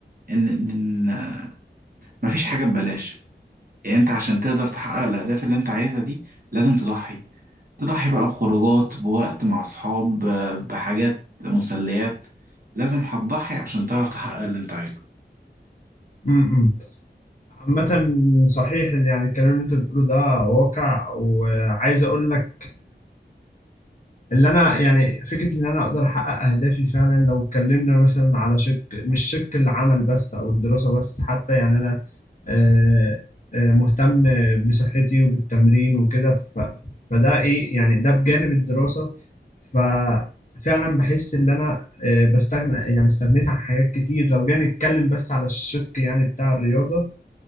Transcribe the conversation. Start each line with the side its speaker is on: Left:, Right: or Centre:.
Right: ان ان إن مفيش حاجه ببلاش يعني انت عشان تقدر تحقق الاهداف اللي انت عايزها دي لازم تضحي تضحي بقى بخروجات بوقت مع اصحاب ب- بحاجات مسليات لازم هتضحي عشان تعرف تحقق اللي انت عايزه
Left: م- م. عامة صحيح اللي يعني الكلام اللي أنت بتقوله ده واقع وعايز أقول لك اللي انا يعني فكره ان انا اقدر احقق اهدافي فعلا لو اتكلمنا مثلا على شق مش شق العمل بس او الدراسه بس حتى يعني انا آه، آه، مهتم بصحتي وبالتمرين وكده ف- فده ايه يعني ده بجانب الدراسه ففعلا بحس ان انا آه، بستغنى يعني استغنيت عن حاجات كتير لو جينا نتكلم بس على الشق يعني بتاع الرياضه